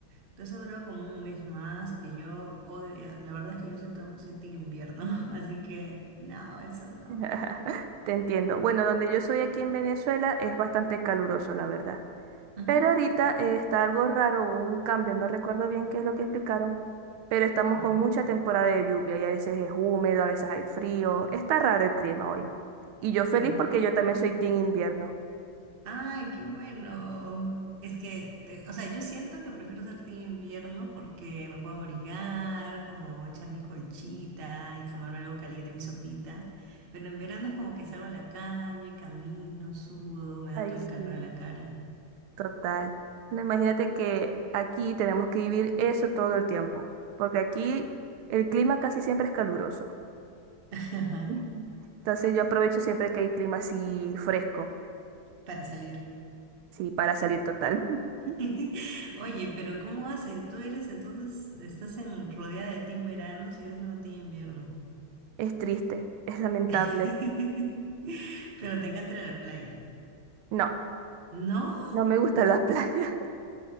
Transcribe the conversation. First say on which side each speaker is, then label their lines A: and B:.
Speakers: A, on the right; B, on the right.
A: Entonces ha durado como un mes más que yo odio- eh, La verdad es que yo soy, to- soy team invierno, <laughs> así que no, el sol no.
B: <laughs> Te entiendo. Bueno, donde yo soy aquí en Venezuela es bastante caluroso, la verdad.
A: Ujú,
B: Pero ahorita eh, está algo raro, hubo un cambio, no recuerdo bien qué es lo que explicaron, pero estamos
A: Ajá.
B: con mucha temporada de lluvia y a veces es húmedo, a veces hay frío, está raro el clima hoy. Y yo feliz
A: Ah.
B: porque yo también soy team invierno.
A: Ay, qué bueno. Es que, te- o sea, yo siento que prefiero ser team invierno porque me puedo abrigar, como echar mi colchita y tomarme algo caliente, mi sopita. Pero en verano es como que salgo a la calle, camino, sudo, me
B: Ay,
A: da todo el calor
B: sí,
A: en la cara.
B: total. No, imagínate que aquí tenemos que vivir eso todo el tiempo, porque aquí el clima casi siempre es caluroso.
A: <laughs> Ajá.
B: Ujú. Entonces yo aprovecho siempre que hay clima así fresco,
A: Para salir.
B: sí, para salir total. <laughs>
A: <laughs> Oye, pero ¿cómo hacen? Tú eres entonces, estás en rodeada de team verano si eres una team invierno.
B: Es triste, es lamentable.
A: <laughs> Pero te encanta ir a la playa.
B: No.
A: ¿No?
B: No me gusta la playa.